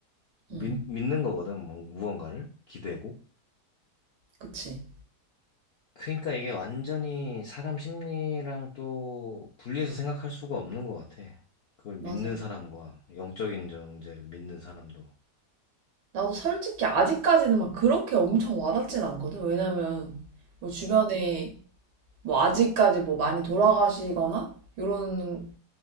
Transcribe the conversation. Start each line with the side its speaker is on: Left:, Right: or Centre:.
Left: 믿,
Right: 응,
Left: 믿는 거거든 뭔- 무언가를 기대고.
Right: 그치.
Left: 그러니까 이게 완전히 사람 심리랑 또 분리해서 생각할 수가 없는 것 같아. 그걸 믿는
Right: 맞아.
Left: 사람과 영적인 존재를 믿는 사람도.
Right: 나도 솔직히 아직까지는 막 그렇게 엄청 와닿진 않거든. 왜냐면 뭐 주변에 뭐 아직까지 뭐 많이 돌아가시거나 이런